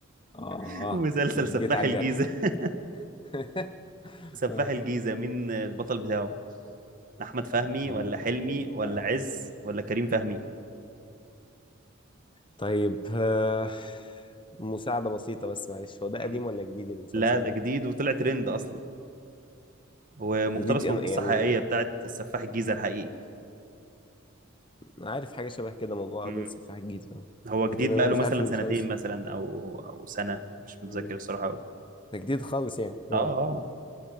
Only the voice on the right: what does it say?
<laughs> مسلسل سفاح
الجيزة
<laughs>
سفاح
الجيزة مين البطل بتاعه احمد فهمي
ولا حلمي ولا
عز ولا كريم فهمي
مم.
لا ده
جديد وطلع ترند اصلا ومقتبس
من قصة
حقيقية بتاعت السفاح الجيزة الحقيقي
مم.
هو جديد
بقاله
مثلا
سنتين مثلا او او سنة مش متذكر
الصراحة قوي
اه اه